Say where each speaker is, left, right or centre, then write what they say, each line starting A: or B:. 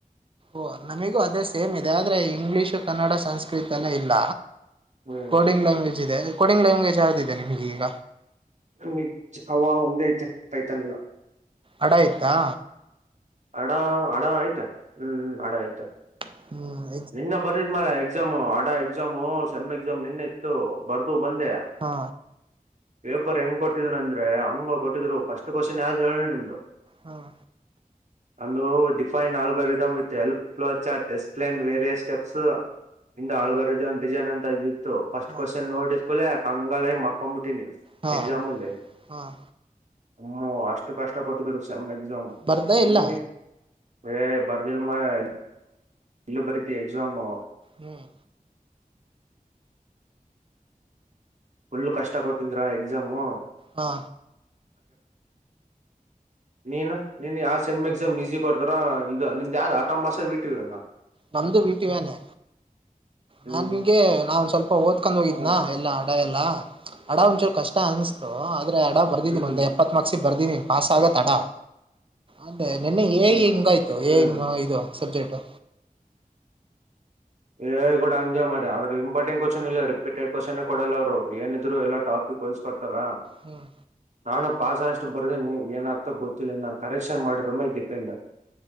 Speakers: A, on the right; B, on the right.
A: ಓಹ ನಮಗೂ ಅದೇ ಸೇಮ್ ಇದೆ ಆದರೆ ಇಂಗ್ಲೀಷು ಕನ್ನಡ ಸಂಸ್ಕೃತ ಎಲ್ಲ ಇಲ್ಲ
B: ಹ್ಮ್
A: ಕೋಡಿಂಗ್ ಲ್ಯಾಂಗ್ವೇಜ್ ಇದೆ ಕೋಡಿಂಗ್ ಲ್ಯಾಂಗ್ವೇಜ್ ಯಾವುದಿದೆ ನಿಮಗೆ ಈಗ.
B: ನಮಿಗ್ ಜಾವಾ ಒಂದೇ ಇದ್ದಿದ್ ಪೈತಾನ್ ಇಲ್ಲ.
A: ಅಡ ಇತ್ತಾ.
B: ಅಡ ಅಡ ಅಯ್ತೆ ಹ್ಮ್ ಅಡ ಆಯ್ತೆ.
A: ಹ್ಮ್.
B: ನಿನ್ನ ಬರಿದ್ ಮರ ಎಕ್ಸಾಮು ಅಡ ಎಕ್ಸಾಮು ಸೆಮ್ ಎಕ್ಸಾಮ್ ನಿನ್ನೆ ಇತ್ತು ಬರ್ದು ಬಂದೆ.
A: ಹಾ.
B: ಪೇಪರ್ ಹೆಂಗ್ ಕೊಟ್ಟಿದ್ರು ಅಂದ್ರೆ ಹಂಗ ಕೊಟ್ಟಿದ್ರು ಫಸ್ಟ್ ಕ್ವಶನ್ ಯಾವ್ದು ಹೇಳ ನಿಮ್ದು.
A: ಹಾಂ
B: ನಂದು define algorithm with help flow chart explain various steps in the algorithm design ಅಂತ <inaudible> ಇತ್ತು ಫಸ್ಟ್
A: ಹಾಂ
B: ಕ್ವಶನ್ ನೋಡಿದ್ಕೂಡ್ಲೆ ಕಂಗಾಲಾಗಿ ಮಕ್ಕೋಂಬಿಟ್ಟಿನಿ
A: ಹಾಂ
B: ಎಕ್ಸಾಮ್ ಮುಂದೆ.
A: ಹಾಂ
B: ಹೂ ಅಷ್ಟು ಕಷ್ಟ ಕೊಟ್ಟಿದರು ಸೆಂ ಎಕ್ಸಾಮ್
A: ಬರ್ದ ಇಲ್ಲ
B: ನಿಮ್ಗೆ. ಹೇಯ್ ಬರ್ದಿಲ್ ಮಾರಾಯ. ಇನ್ನು ಬರಿತಿ ಎಕ್ಸಾಮ್.
A: ಹ್ಮ್.
B: ಫುಲ್ಲು ಕಷ್ಟ ಕೊಟ್ಟಿದ್ರ ಎಕ್ಸಾಮು
A: ಹಾ.
B: ನೀನ್ ನೀನ್ ಯಾವ ಸೆಮ್ ಎಕ್ಸಾಮ್ ಈಸಿ ಕೊಡ್ತಾರ ಇದು ನಿಮ್ದ್ ಯಾವ್ದ್ ಆಟೋಮಸ್ ಆ <unintelligible>
A: ನಮ್ದು <unintelligible> ವೇನೆ ನಾನ್ಗೆ
B: ಹ್ಮ್
A: ನಾ ಒ ಸ್ವಲ್ಪ ಓದ್ಕೊಂಡ್ ಹೋಗಿದ್ನಾ
B: ಹಾ,
A: ಎಲ್ಲ ಅಡ ಎಲ್ಲಾ ಅಡ ಒಂಚೂರು ಕಷ್ಟ ಅನ್ಸ್ತು. ಅಡ ಬರ್ದಿದೀನಿ
B: ಹ್ಮ್
A: ಒಂದ್ ಎಪ್ಪತ್ ಮಾರ್ಕ್ಸಿಗ್ ಬರ್ದೀನಿ ಪಾಸ್ ಆಗತ್ ಅಡ. ಅದೇ ನಿನ್ನೆ ಏ
B: ಹ್ಮ್
A: ಐ ಹೆಂಗಾಯ್ತು
B: ಹ್ಮ್
A: ಏ ಐ ಇದು ಸಬ್ಜೆಕ್ಟು.
B: ಏ ಐ ಕೂಡ ಹಂಗೆ ಮಾಡ್ಯಾರ ಆದ್ರ ಇಂಪಾರ್ಟಂಟ್ ಕ್ವಶನ್ ಇಲ್ಲ ರಿಪೀಟೆಡ್ ಕ್ವೆಶ್ಚನ್ನೆ ಕೊಡಲ್ಲ ಅವರು ಏನಿದ್ರು ಎಲ್ಲ ಟಾಪಿಕ್ವೈಸ್ ಕೊಡ್ತಾರ.
A: ಹ್ಮ್.
B: ನಾನು ಪಾಸ್ ಆಗೋಷ್ಟು ಬರ್ದೀನಿ ಏನಾಗುತ್ತೋ ಗೊತ್ತಿಲ್ಲ ಇನ್ನ ಕರೆಕ್ಷನ್ ಮಾಡಿರೋರ್ ಮೇಲ್ ಡಿಪೆಂಡ್.